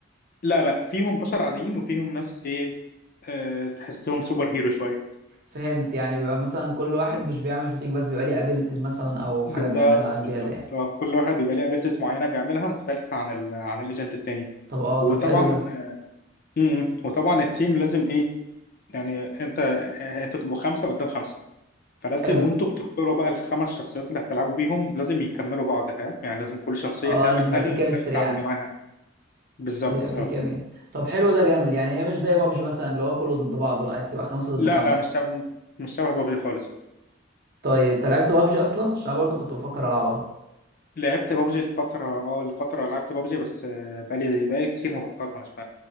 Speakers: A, on the left; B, on the right.
A: لا لا فيهم بشر عاديين وفيهم ناس إيه آه، تحسهم سوبر هيرو شوية
B: فهمت يعني بيبقى مثلا كل واحد مش بيعمل شوتينج بس بيبقى ليه ابيليتيز مثلا او حاجه
A: بالظبط
B: بيعملها زياده
A: بالظبط
B: يعني
A: آه، كل واحد بيبقى ليه أبيلتيز معينة بيعملها مختلفة عن ال عن الإيجنت التاني
B: طب اه
A: وطبعا
B: طب حلو
A: م-
B: ده
A: م. وطبعا التيم لازم إيه يعني انت انت تبقوا خمسه قدام خمسه فلازم
B: حلو
A: وانتوا بتختاروا بقى الخمس شخصيات اللي هتلعبوا بيهم لازم يكملوا بعض فاهم يعني لازم كل شخصيه
B: اه
A: تعمل
B: لازم يبقى
A: حاجه
B: في كيمستري
A: مختلفه
B: يعني
A: عن اللي معاها بالظبط
B: لازم يبقى في
A: اه
B: كيمياء طب حلو ده جامد يعني هي مش زي بابجي مثلا اللي هو كله ضد بعضه لا هي بتبقى خمسة ضد
A: لا
B: خمسة
A: لا مش شبه مش شبه بابجي خالص لا
B: طيب انت لعبت بابجي اصلا عشان أنا برضو كنت بفكر العبها
A: لعبت بابجي الفتره اه الفتره لعبت بابجي بس آه، بقالي بقالي كتير مبطلها مش ب...